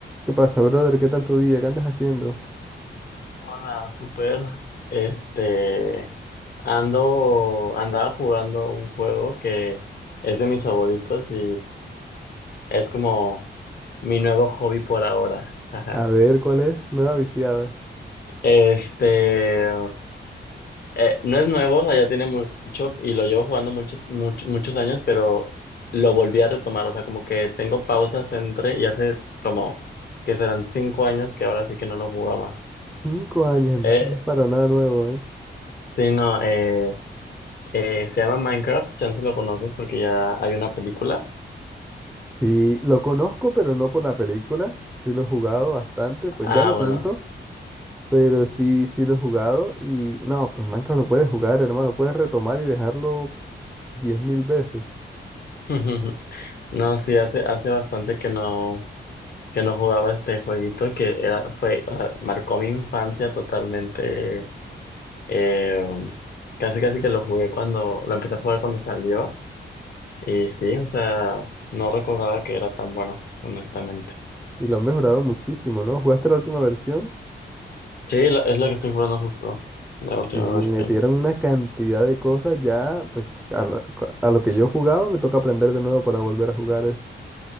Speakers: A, in the centre; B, on the left (about 55°).
A: ¿Qué pasa, brother? ¿Qué tal tu día? ¿Qué andas haciendo?
B: Hola, super. Este, ando, andaba jugando un juego que es de mis favoritos y es como mi nuevo hobby por ahora. Ajá.
A: A ver, ¿cuál es? Nueva viciada.
B: Este, eh, no es nuevo, o sea, ya tiene mu- mucho y lo llevo jugando mucho, mucho- muchos años, pero lo volví a retomar. O sea, como que tengo pausas entre y hace como que serán cinco años que ahora sí que no lo jugaba.
A: Cinco años, entonces
B: Eh,
A: no es para nada nuevo, ¿eh?
B: sí, no, eh. Eh, se llama Minecraft, chance lo conoces porque ya hay una película.
A: Sí, lo conozco, pero no por la película. Sí lo he jugado bastante, pues
B: Ah,
A: ya no tanto,
B: bueno.
A: pero sí, sí lo he jugado. Y no, pues Minecraft lo puedes jugar, hermano. Puedes retomar y dejarlo diez mil veces.
B: <laughs> No, sí, hace, hace bastante que no, que no jugaba este jueguito que era, fue, o sea, marcó mi infancia totalmente. eh, casi casi que lo jugué cuando, lo empecé a jugar cuando salió. Y sí, o sea, no recordaba que era tan bueno, honestamente.
A: Y lo han mejorado muchísimo, ¿no? ¿Jugaste la última versión?
B: Sí, lo- es lo que estoy jugando justo, la última
A: Sí, metieron
B: versión.
A: una cantidad de cosas ya, pues a lo, a lo que yo jugaba me toca aprender de nuevo para volver a jugar eso.